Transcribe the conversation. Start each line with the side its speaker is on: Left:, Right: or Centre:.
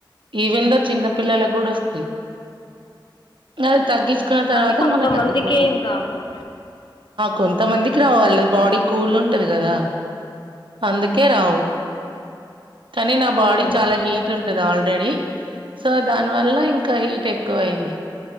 Right: ఈవెందో చిన్న పిల్లలక్ గూడా వస్తయ్ అది తగ్గించుకున్న తర్వాత
Left: కానీ కొంతమందికి
Right: మళ్ళీ తగ్గిపోది
Left: ఏం రావు
Right: కొంత మందికి రావాలి బాడీ కూల్ ఉంటంది కదా అందుకే రావు కానీ నా బాడీ
Left: ఉమ్.
Right: చాలా హీట్ ఉంటది ఆల్రెడీ సో దాని వల్ల ఇంకా హీట్ ఎక్కువ అయింది